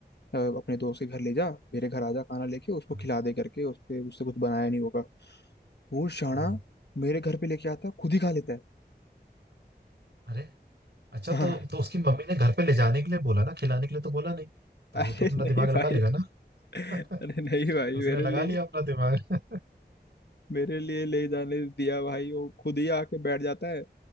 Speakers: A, on the left (about 70°); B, on the right (about 75°).
A: अ, अपने दोस्त के घर ले जा मेरे घर आ जा खाना लेके उसको
B: हाँ
A: खिला दे करके उसके उससे कुछ बनाया नहीं होगा वो शाना
B: हाँ।
A: मेरे घर पे लेके आता है खुद ही खा लेता है
B: अरे अच्छा
A: हाँ
B: तो तो उसकी मम्मी ने घर पे ले जाने के लिए बोला ना खिलाने के लिए तो बोला नहीं तो
A: अरे
B: वो तो अपना
A: नहीं
B: दिमाग
A: भाई
B: लगा लेगा ना
A: अरे नहीं
B: <laughs>
A: भाई
B: उसने
A: मेरे
B: लगा
A: लिए
B: लिया अपना दिमाग
A: मेरे लिए ले जाने दिया भाई वो खुद ही आके बैठ जाता है